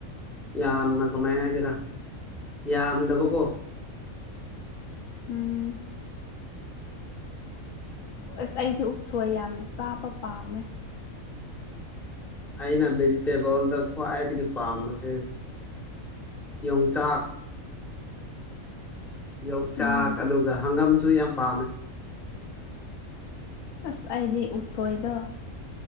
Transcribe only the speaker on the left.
ꯎꯝ ꯑꯁ ꯑꯩꯗꯤ ꯎꯁꯣꯏ ꯌꯥꯝ ꯆꯥꯕ ꯄꯥꯝꯃꯦ
ꯎꯝ
ꯑꯁ ꯑꯩꯗꯤ ꯎꯁꯣꯏꯗꯣ